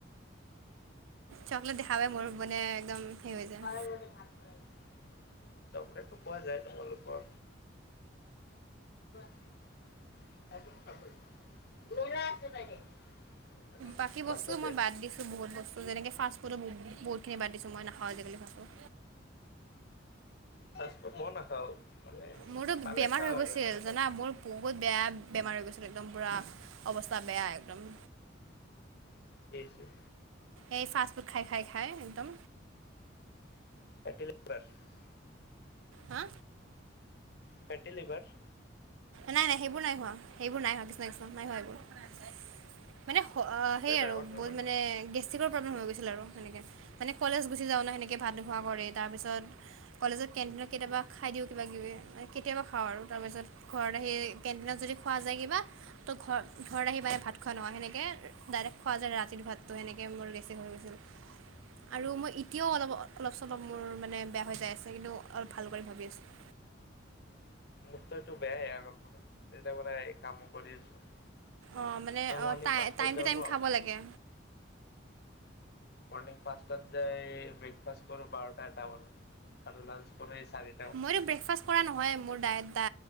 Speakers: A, on the right; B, on the left.
A: চকলেট দেখা পাই, মোৰ মানে একদম সেই হৈ যায়।
B: <unintelligible> এইটো কোৱা যায় তোমালোকৰ <unintelligible> <unintelligible>
A: বাকী বস্তু
B: <unintelligible> দে
A: মই বাদ দিছোঁ বহুত বস্তু। যেনেক ফাষ্ট ফডো বহুতখিনি বাদ দিছোঁ মই নাখাওঁ আজিকালি ফাষ্টফুড।
B: ফাষ্ট ফুড মইও নাখাও মানে
A: মোৰতো
B: পালে
A: বেমাৰ
B: খাওঁ
A: হৈ গৈছিল
B: আৰু এনেকা
A: জানা
B: টাইপ।
A: মোৰ বহুত বেয়া বেমাৰ হৈ গৈছিল একদম পুৰা অৱস্থা বেয়া একদম।
B: কি হৈছিল?
A: এই ফাষ্ট ফুড খাই, খাই, খাই একদম।
B: <unintelligible>
A: হা
B: ফেটি লিভাৰ।
A: নাই, নাই সেইবোৰ নাই হোৱা, সেইবোৰ নাই হোৱা, কৃষ্ণ, কৃষ্ণ নাই হোৱা সেইবোৰ। মানে সেই
B: ডাঙৰ
A: আৰু
B: বেমাৰ
A: বহুত মানে
B: নহয়
A: গেছ গেষ্ট্ৰিকৰ প্ৰব্লেম হৈ গৈছিল আৰু তেনেকৈ মানে কলেজ গুচি যাওঁ ন সেনেকৈ ভাত নোখোৱা কৰি তাৰপিছত কলেজত কেণ্টিনত কেতিয়াবা খাই দিওঁ কিবাকিবি মানে কেতিয়াবা খাওঁ আৰু, তাৰপিছত ঘৰত আহি, কেণ্টিনত যদি খোৱা যায় কিবা তো ঘৰ ঘৰত আহি পাই ভাত খোৱা নহয়, সেনেকে ডাইৰেক্ট খোৱা যায় ৰাতিৰ ভাতটো, সেনেকে মোৰ বেছি হয় গৈছিল। আৰু মই এতিয়াও অলপ অলপ-চলপ মোৰ মানে বেয়া হৈ যায় আছে, কিন্তু অলপ ভাল কৰি ভাবি আছোঁ।
B: মোৰটো এইটো বেয়াই আগৰ পৰা তেতিয়া পৰা এই কামো কৰি আছো।
A: অ', মানে
B: আৰু
A: অ',
B: মৰ্ণিং পাঁচটাত
A: টাইম
B: যাওঁ
A: টু টাইম
B: ন
A: খাব লাগে।
B: মণিং পাছটাত যায় ব্ৰেকফাষ্ট কৰোঁ বাৰটা, এটা মানত আৰু লাঞ্চ কৰে চাৰি
A: মইতো ব্ৰেকফাষ্ট কৰা নহয়ে, মোৰ ডাই ড